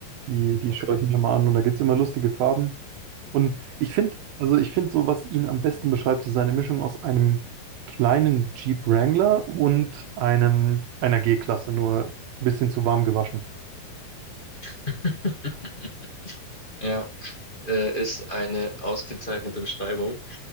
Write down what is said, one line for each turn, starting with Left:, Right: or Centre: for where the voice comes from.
Right: die, die
Left: Okay.
Right: schaue ich mir mal an und da gibt es immer lustige Farben. Und ich finde, also ich finde so, was ihn am besten beschreibt, ist seine Mischung aus einem kleinen Jeep Wrangler und einem einer G-Klasse, nur ein bisschen zu warm gewaschen.
Left: <laughs> Ja, äh, ist eine ausgezeichnete Beschreibung.